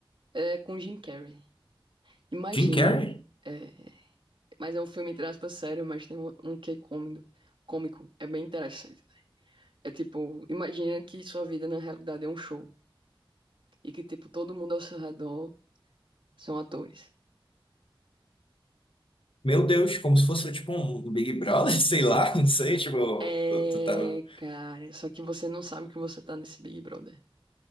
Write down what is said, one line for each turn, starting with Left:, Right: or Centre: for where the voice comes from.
Right: É com Jim Carrey. Imagina.
Left: Jim Carrey?
Right: é, mas é um filme, entre aspas, sério, mas tem um, um quê cômico. Cômico. É bem interessante. É tipo, imagina que sua vida na realidade é um show. E que, tipo, todo mundo ao seu redor são atores.
Left: Meu Deus, como se fosse tipo um Big Brother, <laughs> sei lá, não sei, tipo,
Right: É,
Left: tu, tu tá no...
Right: cara. Só que você não sabe que você tá nesse Big Brother.